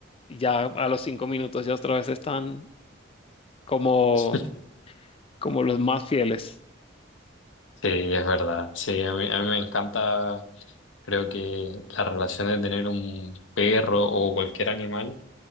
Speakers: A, on the left; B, on the left.
A: ya a los cinco minutos ya otra vez están como
B: Sí,
A: como los más fieles.
B: es verdad. Sí, a mí, a mí me encanta, creo que la relación de tener un perro o cualquier animal